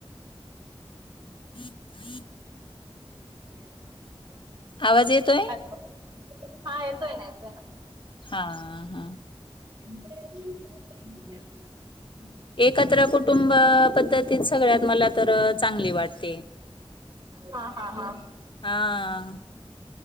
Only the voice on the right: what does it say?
<unintelligible>
हॅलो. हा येतोय ना येतोय ना
ह <inaudible>
हा हा हा